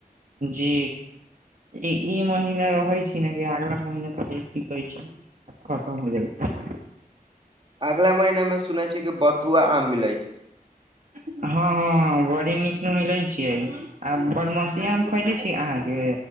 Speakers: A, on the right; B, on the right.
A: जी! ई ई महीना रहै छी ने, कि अगला महिना तऽ टिकै छै। खतम होइ जाइ छै।
B: अगला महीनामे सुनै छियै कि, बथुआ आम मिलैत छै।
A: हँ, हँ बड़ी नीक मिले छियै। आ बारमसिया आम खैले छी अहाँ के,